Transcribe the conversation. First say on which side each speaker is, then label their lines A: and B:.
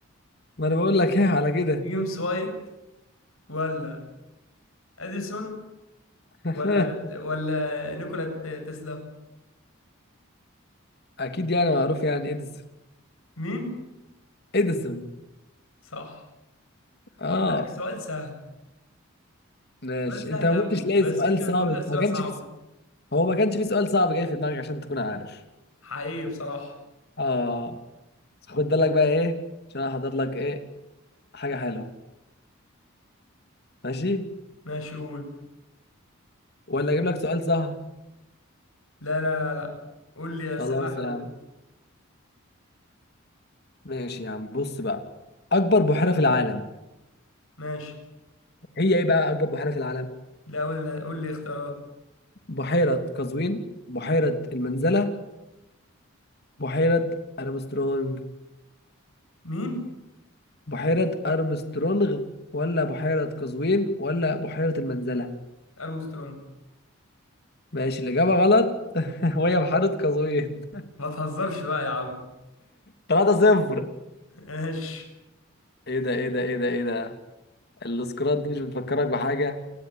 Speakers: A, on the left; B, on the left.
A: ما أنا بقول لك <laughs> إيه على كده
B: جيمس وايت ولا اديسون
A: <laughs>
B: ولا ولا نيكولا ت- تسلا
A: أكيد يعني معروف يعني إديسون
B: مين
A: إديسون
B: صح
A: آه
B: خد بالك سؤال سهل
A: ماشي
B: سؤال سهل
A: أنت ما
B: قوي
A: كنتش لاقي
B: بس
A: سؤال
B: انت بتقول
A: صعب
B: لي اسئله
A: ما كانش
B: صعبه
A: في هو ما كانش في سؤال صعب جاي في دماغك عشان تكون عارف
B: حقيقي بصراحه
A: آه خد بالك بقى إيه عشان أنا حاضر لك إيه حاجة حلوة ماشي
B: ماشي قول
A: ولا أجيب لك سؤال سهل
B: لا لا لا لا قول لي
A: خلاص
B: أسئلة حلوة
A: يا عم ماشي يا عم بص بقى أكبر بحيرة في العالم
B: ماشي
A: هي إيه بقى أكبر بحيرة في العالم
B: لا قول لي قول لي اختيارات
A: بحيرة قزوين بحيرة المنزلة بحيرة أرمسترونج
B: مين
A: بحيرة أرمسترونغ ولا بحيرة قزوين ولا بحيرة المنزلة
B: أرمسترونج
A: ماشي الإجابة غلط <laughs> وهي بحيرة قزوين
B: ما تهزرش بقى يا عم
A: 3 صفر
B: ماشي
A: إيه ده إيه ده إيه ده إيه ده السكرات دي مش بتفكرك بحاجة